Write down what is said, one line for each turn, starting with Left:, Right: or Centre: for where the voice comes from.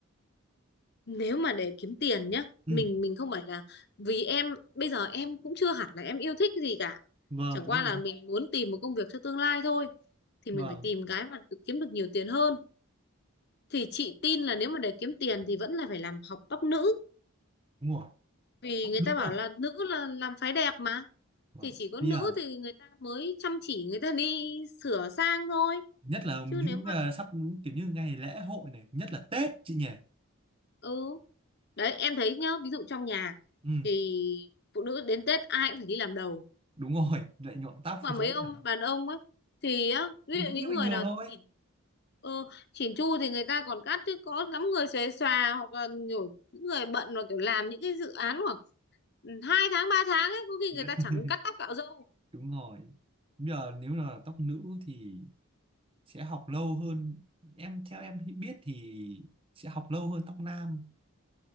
Left: nếu mà để kiếm tiền nhá
Right: Ừ,
Left: mình mình không phải là vì em bây giờ em cũng chưa hẳn là em yêu thích cái gì cả
Right: vâng
Left: chẳng
Right: đúng
Left: qua
Right: rồi.
Left: là mình muốn tìm một công việc cho tương lai thôi thì
Right: Vâng,
Left: mình phải tìm cái mà được- kiếm được nhiều tiền hơn thì chị tin là nếu mà để kiếm tiền thì vẫn là phải làm học tóc nữ
Right: đúng rồi.
Left: vì
Right: Tóc
Left: người
Right: nữ
Left: ta bảo
Right: à?
Left: là nữ là làm phái đẹp mà
Right: Vâng.
Left: thì chỉ có
Right: Bây
Left: nữ
Right: giờ
Left: thì người ta mới chăm chỉ người ta đi sửa sang thôi
Right: nhất là
Left: chứ
Right: những
Left: nếu mà
Right: ờ, sắp kiểu như ngày lễ hội này, nhất là Tết chị nhỉ.
Left: ừ đấy em thấy nhá ví dụ trong nhà
Right: Ừ,
Left: thì phụ nữ đến Tết ai cũng phải đi làm đầu
Right: đúng rồi, lại nhuộm tóc
Left: mà
Right: dưới
Left: mấy ông
Right: thẳng
Left: đàn ông á thì á ví
Right: thì vẫn
Left: dụ những
Right: như bình
Left: người
Right: thường
Left: nào
Right: thôi.
Left: chỉn ờ, chỉn chu thì người ta còn cắt chứ có lắm người xuề xòa hoặc là nhiều những người bận và kiểu làm những cái dự án khoảng hai tháng ba tháng ấy có khi
Right: <laughs>
Left: người ta chẳng cắt tóc cạo râu
Right: Đúng rồi. Bây giờ nếu là tóc nữ thì sẽ học lâu hơn em theo em hi- biết thì sẽ học lâu hơn tóc nam